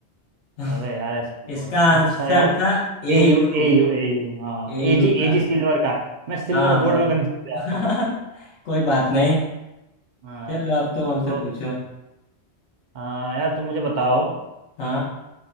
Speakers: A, on the left; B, on the right.
A: <laughs>
B: अबे यार ऐसा
A: इसका
B: और
A: आंसर
B: अच्छा यार
A: था
B: A
A: ए
B: U
A: यू
B: A U A U हाँ
A: ए
B: A
A: यू
B: G
A: था
B: A G silver का मैं सिल्वर
A: हाँ
B: और गोल्ड
A: हाँ
B: में कंफ्यूज हो जाता हूँ
A: <laughs> कोई बात नहीं
B: हाँ
A: चलो अब तुम हमसे
B: तो
A: पूछो
B: हाँ यार तुम मुझे बताओ कि
A: हाँ